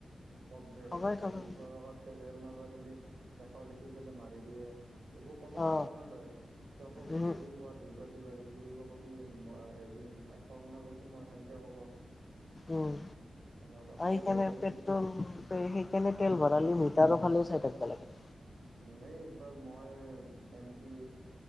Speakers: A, on the right (about 80°); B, on the left (about 25°).
A: কমবে
B: ঠগাই
A: বে
B: ঠগাই
A: দুইশ টকাত তেল মাৰব দিলি এশ লিখি পেলাই মাৰি দিয়ে একো ক'বও
B: অ
A: নোৱাৰ ন তই, তই আকৌ
B: উম
A: যদি কোৱা দুই তই দি থৈ আহিব কবি মই হেৰি এশ শুনা পাইছো মই সেনকে কব
B: উম
A: এনেকুৱা
B: আৰু
A: তেল
B: সেইকাৰণে
A: মাৰে কিন্তু
B: পেট্ৰল সেইকাৰণে তেল ভৰালো মিটাৰৰ ফালে চাই থাকব লাগে
A: উম এই একবাৰ মই এমটি